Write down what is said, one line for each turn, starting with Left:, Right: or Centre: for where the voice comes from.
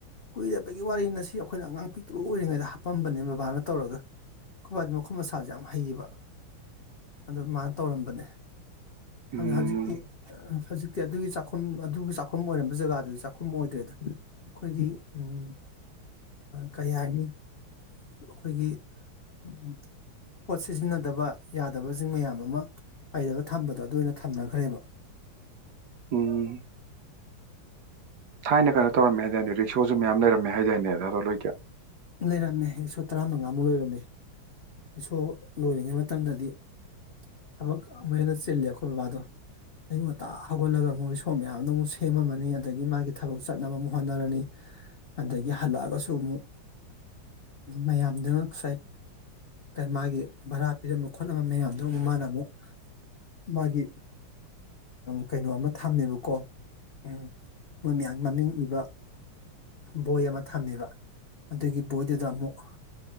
Left: ꯀꯨꯏꯔꯕꯩ ꯋꯥꯔꯤꯅ ꯁꯤ ꯑꯩꯈꯣꯏꯅ ꯑꯉꯥꯡ ꯄꯤꯛꯇ꯭ꯔꯨ ꯑꯣꯏꯔꯤꯉꯩꯗ ꯍꯥꯞꯄꯝꯕꯅꯦ ꯕꯕꯥꯅ ꯇꯧꯔꯒ ꯑꯩꯈꯣꯏ ꯕꯥꯗꯤ ꯃꯈꯨꯠ ꯃꯁꯥꯁꯦ ꯌꯥꯝ ꯍꯩꯌꯦꯕ ꯑꯗꯨ ꯃꯥꯅ ꯇꯧꯔꯝꯕꯅꯦ
Right: ꯎꯝ
Left: ꯑꯗꯨ ꯍꯧꯖꯤꯛꯇꯤ ꯍꯧꯖꯤꯛꯇꯤ ꯑꯗꯨꯒꯤ ꯆꯥꯛꯈꯨꯝ ꯑꯗꯨꯒꯤ ꯆꯥꯛꯈꯨꯝ ꯑꯣꯏꯔꯝꯕ ꯖꯒꯥꯗꯨꯗꯤ ꯆꯥꯛꯈꯨꯝ ꯑꯣꯏꯗ꯭ꯔꯦꯗ꯫ ꯑꯩꯈꯣꯏꯒꯤ ꯎꯝ ꯀꯩ ꯍꯥꯏꯅꯤ ꯑꯩꯈꯣꯏꯒꯤ ꯎꯝ ꯄꯣꯠ ꯁꯤꯖꯤꯟꯅꯗꯕ ꯌꯥꯗꯕꯁꯤꯡ ꯃꯌꯥꯝ ꯑꯃ ꯄꯩꯔꯒ ꯊꯝꯕꯗꯣ ꯑꯗꯨ ꯑꯣꯏꯅ ꯊꯝꯅꯈ꯭ꯔꯦꯕ
Right: ꯎꯝ ꯊꯥꯏꯅ ꯀꯩꯅꯣ ꯇꯧꯔꯝꯃꯦ ꯍꯥꯏꯗꯥꯏꯅꯦ ꯔꯤꯛꯁꯣꯁꯨ ꯃꯌꯥꯝ ꯂꯩꯔꯝꯃꯦ ꯍꯥꯏꯗꯥꯏꯅꯦ ꯔꯥꯍꯨꯜ ꯍꯣꯏꯒꯤ
Left: ꯂꯩꯔꯝꯃꯦ ꯔꯤꯛꯁꯣ ꯇꯔꯥꯃꯉꯥꯃꯨꯛ ꯂꯣꯏꯔꯝꯃꯦ ꯔꯤꯛꯁꯣ ꯂꯣꯏꯔꯤꯉꯩ ꯃꯇꯝꯗꯗꯤ ꯊꯕꯛ ꯑꯃꯨꯛ ꯍꯦꯟꯅ ꯆꯤꯜꯂꯦ ꯑꯩꯈꯣꯏ ꯕꯕꯥꯗꯣ ꯑꯌꯨꯛ ꯉꯇꯥ ꯍꯧꯒꯠꯂꯒ ꯑꯃꯨꯛ ꯔꯤꯛꯁꯣ ꯃꯌꯥꯝꯗꯣ ꯑꯃꯨꯛ ꯁꯦꯝꯃꯝꯃꯅꯤ ꯑꯗꯒꯤ ꯃꯥꯒꯤ ꯊꯕꯛ ꯆꯠꯅꯕ ꯑꯃꯨꯛ ꯍꯣꯠꯅꯔꯅꯤ ꯑꯗꯒꯤ ꯍꯜꯂꯛꯑꯒꯁꯨ ꯑꯃꯨꯛ ꯃꯌꯥꯝꯗꯨꯅ ꯉꯁꯥꯏ ꯃꯥꯒꯤ ꯚꯔꯥ ꯄꯤꯔꯝꯕ ꯈꯣꯠꯂꯝꯕ ꯃꯌꯥꯝꯗꯨ ꯑꯃꯨꯛ ꯃꯥꯅ ꯑꯃꯨꯛ ꯃꯥꯒꯤ ꯀꯩꯅꯣ ꯑꯃ ꯊꯝꯃꯦꯕꯀꯣ ꯎꯝ ꯃꯣꯏ ꯃꯌꯥꯝꯒꯤ ꯃꯃꯤꯡ ꯏꯕ ꯕꯣꯏ ꯑꯃ ꯊꯝꯃꯦꯕ ꯑꯗꯨꯒꯤ ꯕꯣꯏꯗꯨꯗ ꯑꯃꯨꯛ